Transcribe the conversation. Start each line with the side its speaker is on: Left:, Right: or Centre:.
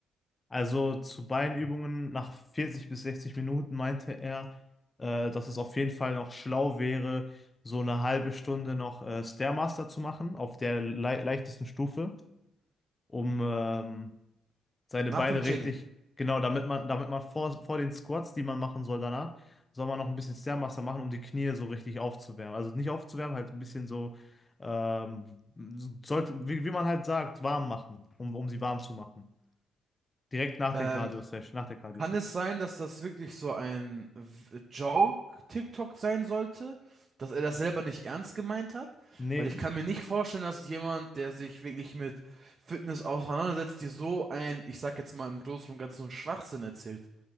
Left: Also zu Beinübungen nach 40 bis 60 Minuten meinte er, äh, dass es auf jeden Fall noch schlau wäre, so eine halbe Stunde noch äh, Stairmaster zu machen, auf der lei leichtesten Stufe, um ähm, seine
Right: Nach
Left: Beine
Right: dem Training.
Left: richtig, genau, damit man, damit man vor, vor den Squats, die man machen soll danach, soll man noch ein bisschen Stairmaster machen, um die Knie so richtig aufzuwärmen. Also nicht aufzuwärmen, halt ein bisschen so, ähm, sollte, wie, wie man halt sagt, warm machen, um, um sie warm zu machen. Direkt nach
Right: Ähm,
Left: den Cardio-Session, nach der Cardio-Session.
Right: Kann es sein, dass das wirklich so ein W- Joke-TikTok sein sollte? Dass er das selber nicht ernst gemeint hat?
Left: Nee,
Right: Weil ich kann mir nicht vorstellen, dass jemand, der sich wirklich mit Fitness auseinandersetzt, dir so ein, ich sag jetzt mal im Großen und Ganzen, Schwachsinn erzählt.